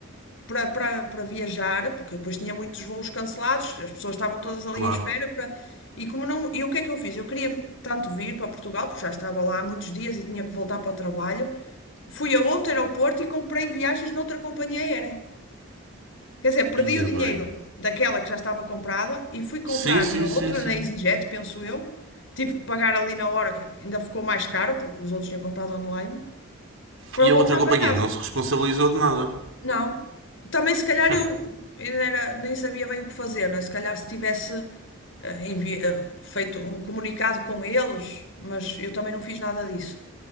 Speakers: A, on the left; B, on the right.
A: para, para, para viajar, porque depois tinha muitos voos cancelados, as pessoas estavam todas ali
B: claro,
A: em espera para... E como não, e o que é que eu fiz? Eu queria tanto vir para Portugal, porque já estava lá há muitos dias e tinha que voltar para o trabalho. Fui a outro aeroporto e comprei viagens noutra companhia aérea. Quer dizer, perdi
B: ia
A: o dinheiro
B: bem.
A: daquela que já estava comprada e fui comprar
B: Sim, sim,
A: na outra,
B: sim, sim.
A: na EasyJet, penso eu. Tive que pagar ali na hora, que ainda ficou mais caro, porque os outros tinham comprado online, para
B: E
A: voltar
B: a outra companhia
A: para casa.
B: não se responsabilizou de nada.
A: Não. Também se calhar
B: <laughs>
A: eu ainda era- nem sabia bem o que fazer, né? Se calhar se tivesse eh, envi- eh, feito um comunicado com eles, mas eu também não fiz nada disso,